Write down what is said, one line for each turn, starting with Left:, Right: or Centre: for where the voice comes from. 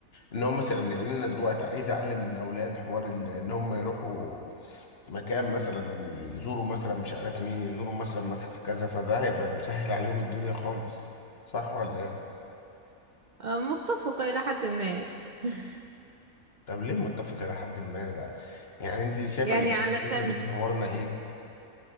Left: ان هم مثلا يعني انا دلوقتي عايز اعلم الاولاد حوار ال- ان هم يروحوا مكان مثلا يزوروا مثلا مش عارف مين يزوروا مثلا متحف كذا فده هيبقى مسهل عليهم الدنيا خالص صح ولا
Right: آه، متفقة إلى حد ما يعني <laughs>
Left: طب ليه متفق إلى حد ما ده يعني أنت شايفة
Right: يعني
Left: إن التكنولوجيا
Right: علشان
Left: بتدمرنا ليه؟